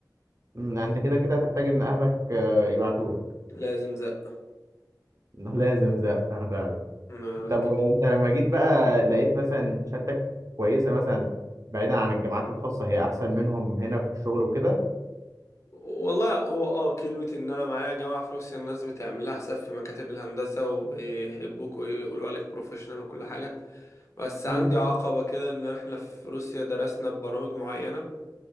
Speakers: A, on the right; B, on the left.
A: امم، انت كده كده هتحتاج ان اهلك يبعتوا لك
B: لازم زق
A: <laughs> انه لازم زقه فعلا
B: ما
A: طب
B: تجيش
A: وانت لما جيت بقى لقيت مثلا شهادتك كويسه مثلا بعيدا عن الجامعات الخاصه هي احسن منهم هنا في الشغل وكده
B: والله هو اه كلمة ان انا معايا جامعة في روسيا الناس بتعمل لها حساب في مكاتب الهندسة وبيحبوك ويقولوا عليك بروفيشنال وكل حاجة بس
A: مم.
B: عندي عقبة كده ان احنا في روسيا درسنا ببرامج معينة